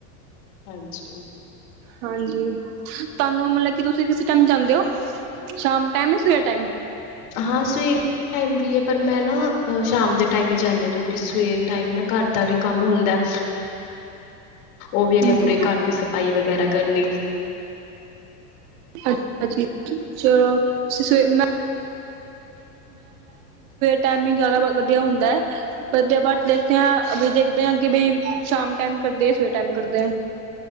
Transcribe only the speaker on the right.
ਹਾਂਜੀ, ਤਹਾਨੂੰ ਮਤਲਬ ਕੀ ਤੁਸੀਂ ਕਿਸ ਟੈਮ ਜਾਂਦੇ ਹੋ ਸ਼ਾਮ ਟੈਮ ਯਾ ਸਵੇਰ ਟੈਮ
ਹਾਂਜੀ
ਅੱਛਾ ਜੀ ਚਲੋ ਅਸੀਂ ਸਵੇਰ ਟਾਈਮਿੰਗ ਜਾਂਦਾ ਵਧੀਆ ਹੁੰਦਾ ਹੈ। ਵਧੀਆ ਦੇਖਦੇ ਹਾ ਅਭੀ ਦੇਖਦੇ ਕਿ ਸ਼ਾਮ ਟੈਮ ਕਰਦੇ ਆ ਸਵੇਰੇ ਟੈਮ ਕਰਦੇ ਆ-